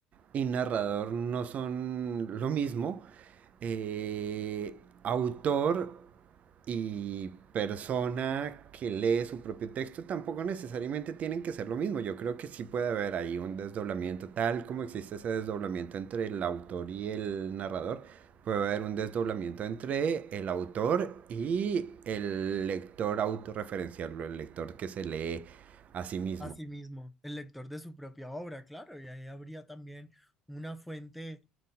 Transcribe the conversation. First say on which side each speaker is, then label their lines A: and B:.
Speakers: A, on the right; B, in the centre.
A: y narrador no son lo mismo, eh, autor y persona que lee su propio texto tampoco necesariamente tienen que ser lo mismo. Yo creo que sí puede haber ahí un desdoblamiento, tal como existe ese desdoblamiento entre el autor y el narrador, puede haber un desdoblamiento entre el autor y el lector autorreferencial, el lector que se lee a sí mismo.
B: Asimismo, el lector de su propia obra, claro, y ahí habría también una fuente,